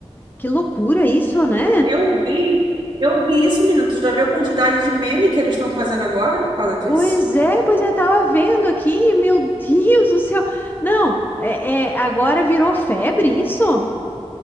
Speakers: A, on the left; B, on the right.
A: Que loucura isso, né?
B: Eu vi, eu vi isso, menina. Tu já viu a quantidade de meme que eles estão fazendo agora por causa disso?
A: Pois é, pois é, tava vendo aqui, meu Deus do céu. Não, é, é, agora virou febre isso?